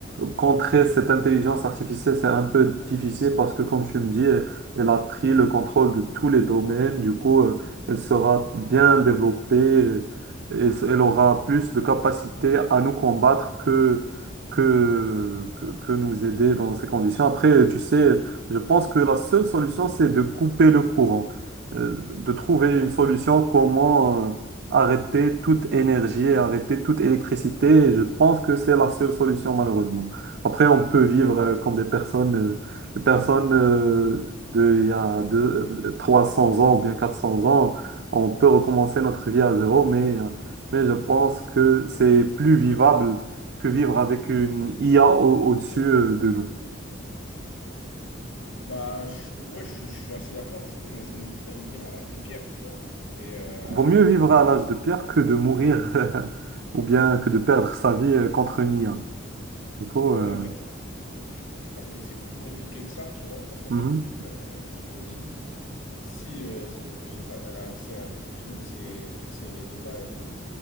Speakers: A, on the right; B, on the left.
A: contrer cette intelligence artificielle, c'est un peu difficile parce que, comme tu me dis, elle elle a pris le contrôle de tous les domaines. Du coup, euh, elle sera bien développée euh, et c- elle aura plus de capacité à nous combattre que, que, que, que nous aider dans ces conditions. Après, tu sais, je pense que la seule solution, c'est de couper le courant, euh, de trouver une solution comment... euh, arrêter toute énergie, arrêter toute électricité. Et je pense que c'est la seule solution, malheureusement. Après, on peut vivre euh, comme des personnes, euh, des personnes euh, de, il y a deux, euh, 300 ans ou bien 400 ans. On peut recommencer notre vie à zéro, mais, euh, mais je pense que c'est plus vivable que vivre avec une IA au- au-dessus euh, de nous.
B: Bah, je- ouais, je, je suis assez d'accord, du coup, mais ça nous ferait revenir à l'âge de pierre, tu vois. Et euh,
A: Vaut mieux vivre
B: du coup,
A: à l'âge de pierre que de mourir <laughs> ou bien que de perdre sa vie euh, contre une IA. Du coup,
B: ouais,
A: euh,
B: mais en fait, je, je pense que c'est plus compliqué que ça, tu vois, parce qu'en
A: mhm.
B: fait, euh, je me dis. Si euh, cette intelligence, elle a accès à tous ces, tous ces réseaux-là et tout,